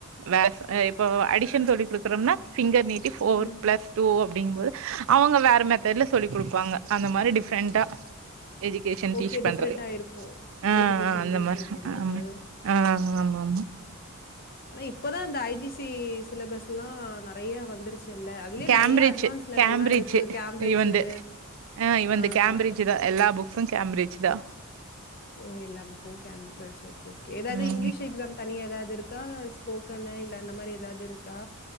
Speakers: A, on the right (about 60°); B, on the left (about 45°).
A: வேஸ் அ இப்போ அடிஷன் சொல்லி குடுக்குரோம்னா ஃபிங்கர் நீட்டி ஃபோர்
B: ம்
A: பிளஸ் டூ அப்டிங்கும் போது அவங்க வேற மெத்தேட்ல சொல்லி குடுப்பாங்க அந்த மாரி டிஃப்ரெண்ட்டா எஜுகேஷன்
B: ஓகே
A: டீச் பண்றல
B: டிஃப்ரெண்டா இருக்கும்
A: அ
B: எஜுகேஷன்
A: அ அந்த
B: டீச்சர்
A: மாரி
B: பண்றது
A: ஆமா ஆ ஆமா மா
B: ஆனா இப்பதா இந்த ஐ ஜி சி சிலபஸ்லா நெறைய வந்துருச்சு சில்ல அதுலியே
A: கேம்பிரிட்ஜ்
B: நெறைய அட்வான்ஸ் லெவல்லா
A: கேம்பிரிட்ஜ்
B: இருக்கு கேம்ரேட்ஜு
A: இவன்து இவன்து
B: ஆ
A: கேம்பிரிட்ஜ்
B: வேற
A: தா எல்லா புக்ஸு கேம்பிரிட்ஜ்தா
B: ஓ எல்லா புக்கு கேம்பிரிட்ஜ் ஓகே ஓகே எதாது
A: ம்
B: இங்கிலிஷ் எக்ஸாம் தனியா எதாது இருக்கா ஸ்போக்கனு இல்ல அந்த மாரி எதாது இருக்கா